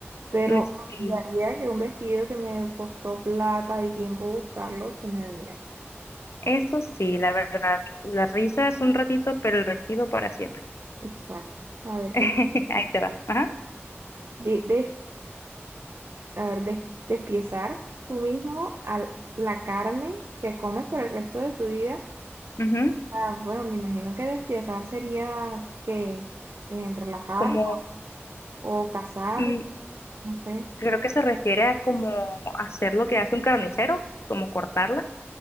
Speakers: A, on the right; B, on the left.
A: Pero
B: Mm, Sí,
A: odiaría que un vestido que me costó plata y tiempo buscarlo se me dañara.
B: eso sí, la verdad. La risa es un ratito, pero el vestido para siempre.
A: Exacto. A ver,
B: <laughs>
A: que
B: Ahí te va. Ajá.
A: de, de- a ver, des- despiezar tú mismo a la carne que comes por el resto de tu vida.
B: ujú.
A: Ah, bueno, me imagino que despiezar sería que en relajarlo
B: Como,
A: o cazarlo,
B: mm,
A: no sé,
B: creo que se refiere a como hacer lo que hace un carnicero, como cortarla,